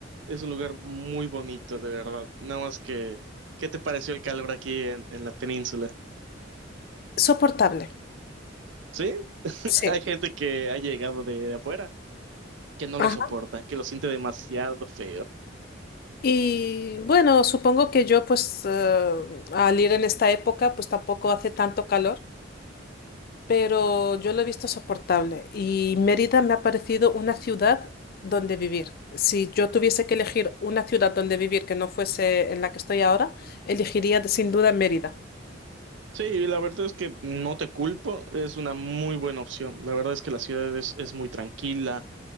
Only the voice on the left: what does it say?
Soportable.
Sí.
Ajá.
Y bueno, supongo que yo pues eh, al ir en esta época pues tampoco hace tanto calor, pero yo lo he visto soportable y Mérida me ha parecido una ciudad donde vivir. Si yo tuviese que elegir una ciudad donde vivir que no fuese en la que estoy ahora, elegiría sin duda Mérida.